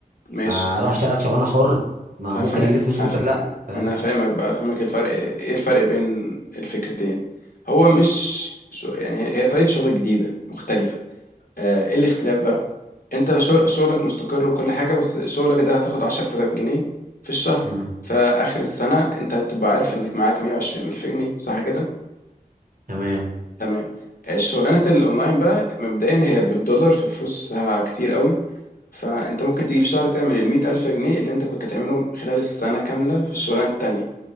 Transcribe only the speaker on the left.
ماشي
أفا...
أف...
ما أنا فاهمك بقى فاهمك الفرق إيه الفرق بين الفكرتين هو مش شو... يعني هي هي طريقة شغل جديدة مختلفة آه، إيه الاختلاف بقى انت شغ- شغلك مستقر وكل حاجة بس شغلك ده هتاخد عشرة آلاف جنيه في الشهر
فآخر السنة انت هتبقى عارف انك معاك مية وعشرين ألف جنيه صح كده؟
تمام الشغلانة الأونلاين بقى مبدئيا هي بالدولار ففلوسها كتير قوي فانت ممكن تيجي في شهر تعمل المية ألف جنيه اللي انت كنت تعملهم خلال السنة كاملة في الشغلانة التانية